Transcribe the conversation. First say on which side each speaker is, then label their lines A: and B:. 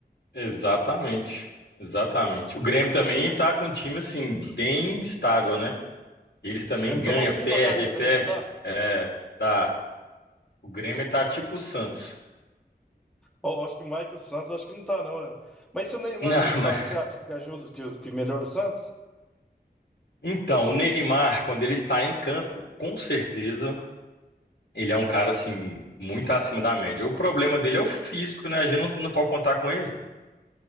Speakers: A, on the left (about 80°); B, in the centre.
A: Exatamente. Exatamente. O Grêmio também tá com um time assim, bem estável, né? Eles também
B: O Grêmio
A: ganham,
B: tá louquinho
A: perde,
B: pra cair
A: aí perde.
B: também, não tá?
A: É, tá. O Grêmio tá tipo o Santos.
B: Ó, acho que mais que o Michael Santos acho que não tá não, é. Mas se o Neymar
A: <laughs> Não,
B: voltar,
A: mas...
B: o que você acha que ajuda, que, que melhora o Santos?
A: Então, o Neymar, quando ele está em campo, com certeza ele é um cara assim, muito acima da média. O problema dele é o físico, né? A gente não, não pode contar com ele.